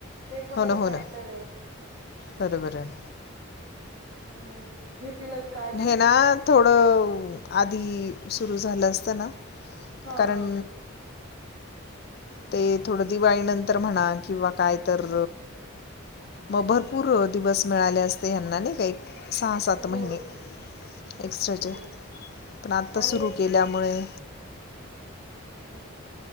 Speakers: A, on the right; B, on the left.
A: ते पण
B: हो
A: एक
B: ना
A: फॅक्टर
B: हो ना
A: आहे.
B: बरोबर आहे
A: त्यामुळे घेतीलच. काळजी
B: हे ना थोडं आधी सुरू झालं असतं ना.
A: हा
B: कारण
A: हा
B: ते थोडं दिवाळी नंतर म्हणा किंवा काय तर मग भरपूर दिवस मिळाले असते यांना नाही का सहा सात
A: हो
B: महिने एक्स्ट्राचे
A: हो
B: पण आत्ता
A: आणि
B: सुरू केल्यामुळे
A: ह्